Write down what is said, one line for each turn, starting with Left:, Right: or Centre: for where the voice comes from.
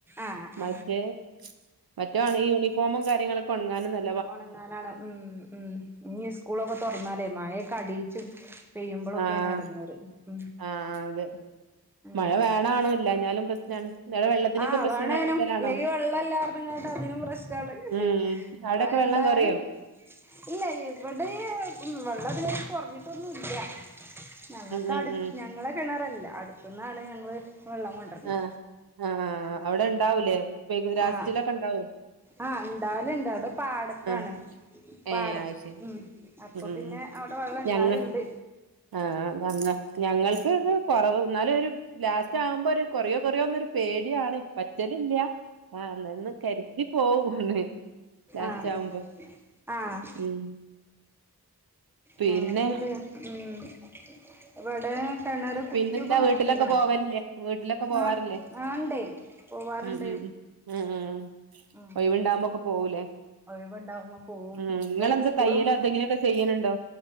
Centre: ആഹ്
Right: മറ്റേ.
Centre: ആഹ്
Right: മറ്റേ ഉണങ്ങിയ യൂണിഫോമും കാര്യങ്ങളൊക്കെ ഒണങ്ങാനും നേ
Centre: ഉണങ്ങാനാണ് ഉം ഉം ഇന്ന്. സ്കൂളൊക്കെ തൊറന്നാല് മഴയൊക്കെ അടിയിച്ച് പെയ്യുമ്പോഴൊക്കെയാണ്
Right: ആഹ്
Centre: എടങ്ങേറ്. ഉം
Right: ആഹ് അതെ
Centre: ഉം
Right: മഴ വേണാണോ ഇല്ലായ്ഞ്ഞാലും പ്രശ്നാണ്. ഇന്നലെ വെള്ളത്തിനൊക്കെ
Centre: ആഹ്
Right: പ്രശ്നം
Centre: വേണേനും
Right: ഉണ്ടാകുന്ന സ്ഥലാണോ
Centre: ഇല്ലെങ്കിൽ വെള്ളം ഇല്ല പറഞ്ഞേങ്ങോണ്ട് അതിനും പ്രശ്നാണ്.
Right: ഉം അവിടൊക്കെ
Centre: മഴ
Right: വെള്ളം
Centre: ഇണ്ടായാല്.
Right: കൊറയോ
Centre: ഇല്ല ഇവിടെ വെള്ളം ഇതുവരെ കൊറഞ്ഞിട്ടൊന്നും ഇല്ല. ഞങ്ങൾക്ക്
Right: ഉം ഉം
Centre: അടു
Right: ഉം
Centre: ഞങ്ങളെ കിണർ അല്ല അടുത്തെന്നാണ് ഞങ്ങള് വെള്ളം കൊണ്ടുവരാല്.
Right: ആഹ് ആഹ് അവിടെ ഉണ്ടാവൂലേ ബേക്കു ലാസ്റ്റിലൊക്കെ
Centre: ആഹ്
Right: ഉണ്ടാവോ.
Centre: ആഹ് ഉണ്ടാവലുണ്ട് അവിടെ പാടത്താണ്.
Right: ആഹ്
Centre: പാടം
Right: ഏഹ് അത് ശരി
Centre: ഉം അപ്പോ
Right: ഉം
Centre: പിന്നെ അവിടെ വെള്ളം ഇണ്ടാവലുണ്ട്.
Right: ഞങ്ങ ആഹ് ഞങ്ങ ഞങ്ങൾക്ക് ഇത് കൊറവ് എന്നാലും ഒരു ലാസ്റ്റ് ആവുമ്പോ ഒരു കൊറയോ കൊറയോന്നൊരു. പേടിയാണ് വറ്റലില്ല ആഹ് അന്നാന്ന് കരുതി പോകും ഒന്ന് ലാസ്റ്റ്
Centre: ആഹ്
Right: ആവുമ്പോ.
Centre: ആഹ്
Right: ഉം പിന്നെ
Centre: ഞങ്ങൾക്കിത് ഉം ഇവിടെ. കിണറ് കുത്തിയൊക്കെ
Right: പിന്നെന്താ
Centre: നോക്കിക്കണ്
Right: വീട്ട്ലൊക്കെ പോവല്ലേ വീട്ട്ലൊക്കെ പോവാറ്ല്ലേ
Centre: ആ ആണ്ടേ പോവാറുണ്ട്
Right: ഉം ഉം ഉം
Centre: ഉം
Right: ഒഴിവ്ണ്ടാകുമ്പോക്കെ പോവും ലെ
Centre: ഒഴിവുണ്ടാവുമ്പോ പോവും
Right: ഉം
Centre: ഇപ്പ
Right: ങ്ങളെന്താ
Centre: ഇനി സ്കൂളും
Right: തയ്യലോ എന്തെങ്കിലൊക്കെ ചെയ്യല്ണ്ടോ